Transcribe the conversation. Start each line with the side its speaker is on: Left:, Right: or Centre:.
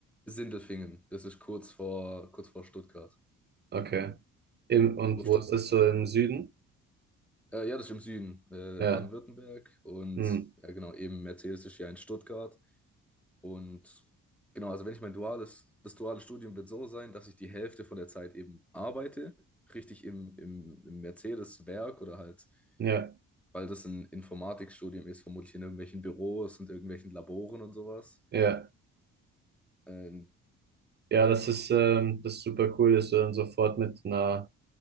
Centre: Sindelfingen. Das ist kurz vor, kurz vor Stuttgart.
Right: Okay. Im, und
Centre: Oh, Stu
Right: wo ist das so im Süden?
Centre: äh, ja, das ist im Süden, äh,
Right: Ja.
Centre: Baden-Württemberg. Und
Right: Hm.
Centre: ja, genau, eben Mercedes ist ja in Stuttgart. Und genau, also wenn ich mein duales, das duale Studium wird so sein, dass ich die Hälfte von der Zeit eben arbeite, richtig im, im, im Mercedes-Werk oder halt,
Right: Ja.
Centre: weil das ein Informatikstudium ist, vermutlich in irgendwelchen Büros und irgendwelchen Laboren und sowas.
Right: Ja.
Centre: Ähm,
Right: Ja, das ist, ähm, das ist super cool, dass du dann sofort mit einer